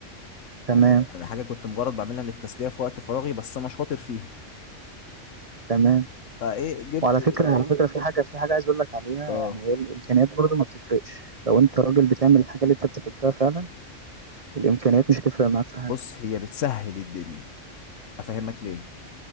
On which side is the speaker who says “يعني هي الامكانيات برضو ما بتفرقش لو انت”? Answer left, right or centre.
Right